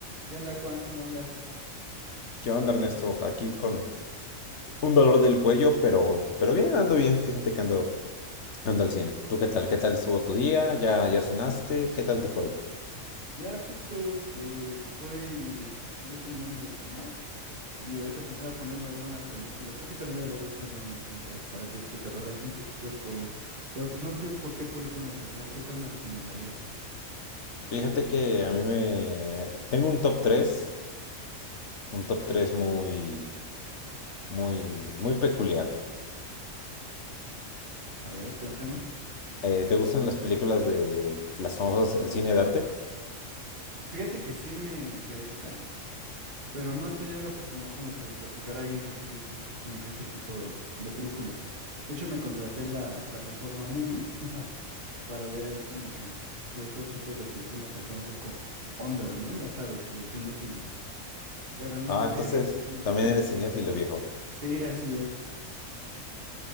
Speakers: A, on the right (about 45°); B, on the left (about 60°).
A: ¿Qué onda, Juan? ¿Cómo andas?
B: ¿Qué onda, Ernesto? Aquí con un dolor del cuello, pero, pero bien, ando bien. Fíjate que ando, ando al 100. ¿Tú qué tal? ¿Qué tal estuvo tu día? ¿Ya, ya cenaste? ¿Qué tal te fue hoy?
A: Ya justo eh, voy, voy terminando de cenar y ahorita pensaba ponerme a ver una película. Creo que también deberías de hacer lo mismo ahorita para que se te relaje un poquito el cuello. Pero pues no sé por qué película empezar. ¿Tú cuál me recomendarías?
B: Fíjate que a mí me... Tengo un top tres, un top tres muy, muy, muy peculiar.
A: A ver, cuéntame.
B: Eh, ¿te gustan las películas de las famosas, el cine de arte?
A: Fíjate que sí me interesa, pero no he tenido la oportunidad como que de platicar a alguien que sí les guste como que ese tipo de, de películas. De hecho, me contraté la plataforma Movie para ver ahí como que ciertos tipos de películas acá un poco under, ¿no? Ya sabes, de cinéfilo. Pero no
B: Ah,
A: sé
B: entonces
A: así como
B: también
A: por
B: eres
A: dónde
B: cinéfilo,
A: empezar.
B: viejo.
A: Sí, así es.